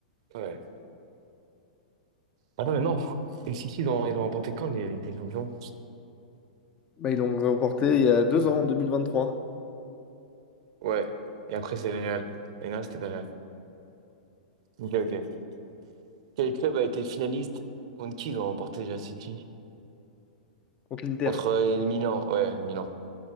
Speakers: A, on the right; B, on the left.
A: Ouais. Ah non, mais non. Et City, ils ont, ils ont remporté quand les Ligue des Champions?
B: Bah, ils l'ont remporté il y a deux ans, en 2023,
A: Ouais. Et après, c'est le Real. Et là, c'était le Real. Ok, ok. Quel club a été finaliste contre qui ils ont remporté déjà City?
B: contre l'Inter.
A: Contre euh, Milan, ouais, Milan.